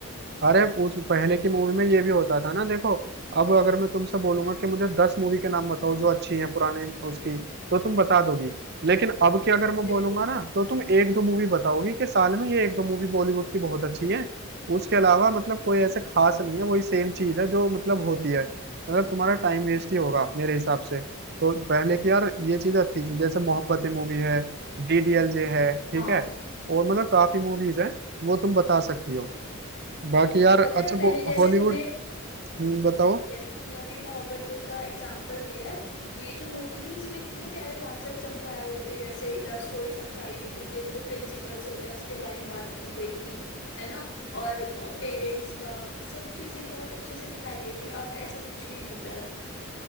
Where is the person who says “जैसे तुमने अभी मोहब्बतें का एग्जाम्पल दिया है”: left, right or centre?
Left